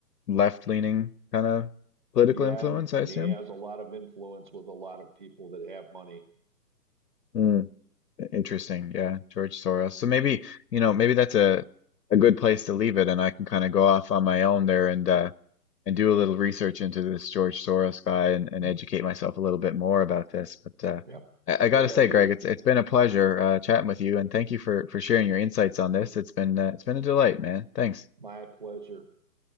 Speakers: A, on the left; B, on the right.
A: left-leaning kind of political
B: Yeah,
A: influence,
B: and,
A: I
B: and
A: assume.
B: he has a lot of influence with a lot of people that have money.
A: Mm. Interesting, yeah, George Soros. So maybe you know maybe that's a a good place to leave it, and I can kind of go off on my own there and uh, and do a little research into this George Soros guy and, and
B: Yeah,
A: educate myself a little bit more about this. But uh,
B: yeah
A: I, I
B: great
A: got to say,
B: idea.
A: Greg, it's it's been a pleasure uh, chatting with you, and thank you for for sharing your insights on this. It's been uh, it's been a delight, man. Thanks.
B: My pleasure.